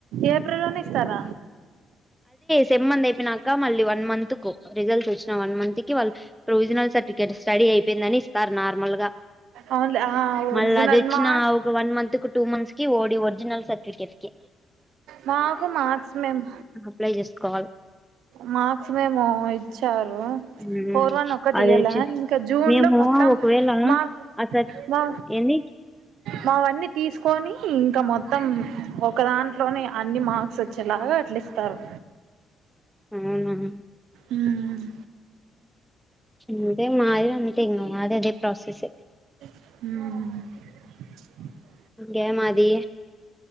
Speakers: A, on the right; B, in the centre.
A: ఏప్రిల్ ల్లోనే ఇస్తార
B: తెమ్మంది అయిపోయినాక మళ్ళీ వన్ మంత్కు రిజల్ట్స్ వచ్చిన వన్ మంత్ కి వాళ్ళు ప్రొవిజనల్ సర్టి గీడా స్టడీ అయిపోయిందని స్తార్ నార్మల్గా
A: అవునులే ఆ ఒరిజినల్
B: మళ్ళీ అది వచ్చిన
A: మా
B: ఒక వన్ మంత్ కి టూ మంత్స్ కి ఓడి ఒరిజినల్స్ కి కెఫ్ కి
A: మాకు మార్క్స్ మేమ్
B: reply just call
A: marks memo ఇస్ వచ్చారు
B: ఉమ్
A: ఫోర్ వన్ ఒకటియలా
B: అదే వచ్చి
A: ఇంకా జూన్లో
B: మేము
A: మొత్తం
B: ఒకవేళ
A: మాక్
B: అసలు
A: మా
B: ఏంది
A: మావన్నీ తీసుకొని ఇంక మొత్తం ఒక దాంట్లోనే అన్ని మార్క్స్ వచ్చేలాగ అట్ల ఇస్తారు
B: అవున
A: ఉమ్
B: అంతే మాది అంతె ఇంగ మాది అదే ప్రాసెస్
A: ఉ
B: గె మాది